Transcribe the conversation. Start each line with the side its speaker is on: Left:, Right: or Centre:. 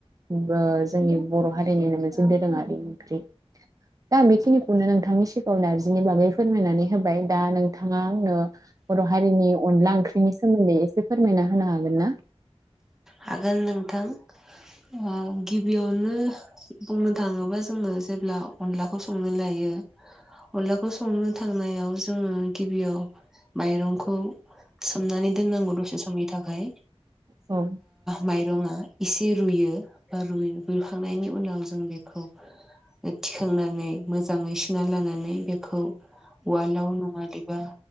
Right: ओ जोंनि बर' हारिनिनो मोनसे दोरोङारि ओंख्रि। दा बेखिनिखौनो नोंथांनि सि नारजिनि बागै फोरमायनानै होबाय दा नोंथाङा आंनो बर' हारिनि अनला ओंख्रिनि सो मोन्दै एसे फोरमायना होनो हागोन ना?
Centre: हागोन <inaudible> ओ गिबियावनो बुंनो थाङोबा जोङो जेब्ला अनलाखौ संनो लायो । अनलाखौ संनो थांनायाव जोङो गिबियाव माइरंखौ । सोमनानै दोननांगौ दसे समनि थाखाय।
Right: औ
Centre: माइरंआ एसे रुयो बा रुइ रुखांनायनि उनाव जों बेखौ । थिखांनानै मोजाङै सुना लानानै बेखौ । उवालाव नङा देबा